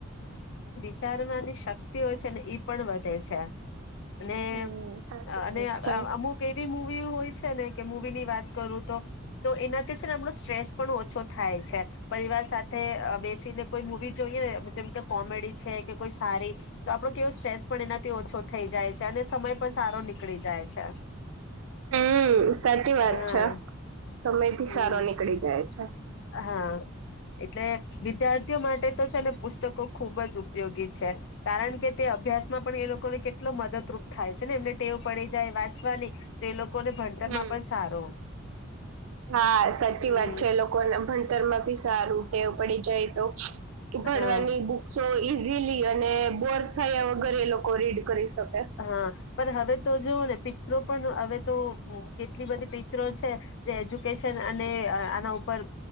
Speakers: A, on the left; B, on the right.
A: વિચાર ની શક્તિઓ છે ને ઈ પણ વધે છે. અને
B: હમ સાચી
A: અને
B: વાત છે.
A: અમુક એવી મુ હોય છે ને કે મવી ની વાત કરું તો એનાથી છે ને હમણા સ્ટ્રેસ પણ ઓછો થાય છે. પરિવાર સાથે બે કોઈ મુવી જોઈએને જેમ કે કોમેડી છે કે કોઈ સારી તો આપણો કેવો સ્ટ્રેસ પણ એનાથી ઓછો થઈ જાય છે અને સમય પણ સારો નીકળી જાય છે.
B: હમ સાચી વાત
A: હા
B: છે સમય થી
A: હમ
B: સારો નીકળી જાય છે.
A: હા એટલે વિદ્યાર્થીઓ માટે છે ને પુસ્તકો ખુબ જ ઉપયોગી છે કારણ કે તે અભ્યાસ માં પણ એ લોકોને કેટલો મદદરૂપ થાય છે ને એમને ટેવ પડી જાય વાંચવાની તો એ લોકો લોકોને ભણતર
B: હમ
A: માં પણ સારો
B: હા સાચી
A: હમ
B: વાત છે એ લોકોને ભણતર મા સારુંટેવું પડી જાય તો ભણવાની
A: હા
B: બુ <unintelligible> અને બોર થાય એ ઘરે એ લોકો રીડ કરી શકે
A: હા પણ હવે તો જોવઓ ને પિક્ચરો પણ હવે તો કેટલી બધી પિક્ચરો છે. જે એજ્યુકેશન અને આના પર